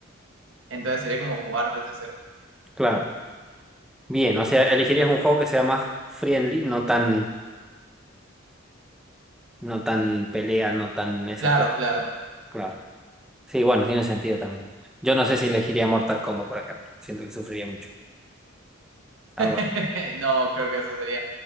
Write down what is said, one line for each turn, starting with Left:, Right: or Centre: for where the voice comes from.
Right: Entonces sería como jugar desde cero.
Centre: Claro. Bien, o sea, elegirías un juego que sea más friendly, no tan, no tan pelea, no tan esas
Right: Claro,
Centre: cosas.
Right: claro.
Centre: Claro. Sí, bueno, tiene sentido también. Yo no sé si elegiría Mortal Kombat, por ejemplo. Siento que sufriría mucho. Algo
Right: <laughs>
Centre: así.
Right: No, creo que eso sería